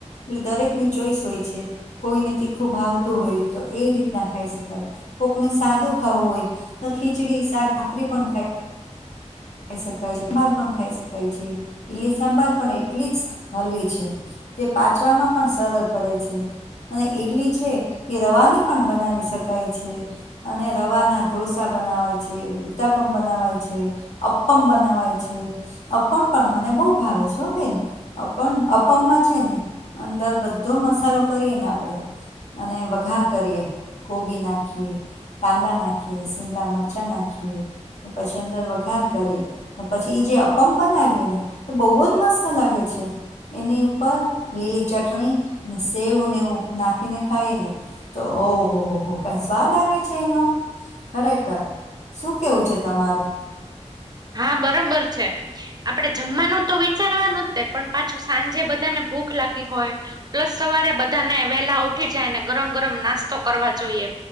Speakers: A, on the left; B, on the right.
A: એટલે દરેકની ચોઈસ હોય છે. કોઈને તીખુંબાવતું હોય તો એવી રીત ના ખાઈ શકાય. કોકને સાદું ખાવું હોય તો ખીચડી શાક ભાખરી પણ ખાય. ખાઈ સકાય છે, <unintelligible> પણ ખાઈ શકાય છે, ઈલી સાંભાર પણ એટલી જ હળવે છે. જે પાછવામાં પણ સરજ પડે છે. અને ઈડલી છે, એ રવાની પણ બનાવી શકાય છે. અને રવાના ઢોસા બનાવાય છે, ઉત્તાપમ બનાવાય છે. અપ્પમ બનાવાય છે. અપન પણ મને બહુ ભાવે છે, ઓ બેન અપ અપમમાં છે, ને. અંદર બધો મસાલો કરીએ ને આપડે. અને વઘાર કરીએ કોબી નાખીએ. કાંદા નાખીએ સીમલા મરચા નાખીએ પછી અંદર વઘાર. કરીએ પછી એ જે અપમ બનાવીએ ને તો બહુ જ મસ્ત લાગે છે. એની ઉપર લીલી ચટણી ને સેવ ને એવું નાખીને ખાઈ ને. તો ઓહો હો હો કઈ સ્વાદ આવે છે, એનો. ખરેખર શું કેવું છે, તમારું.
B: હા બરોબર છે, આપડે જમવાનું તો વિચારવાનું જ તે પણ પાછું. સાંજે બધાને ભૂખ લાગી હોય. પ્લસ સવારે બધાને વેલા ઉઠી જાય ને ગરમ ગરમ નાસ્તો કરવા જોઈએ.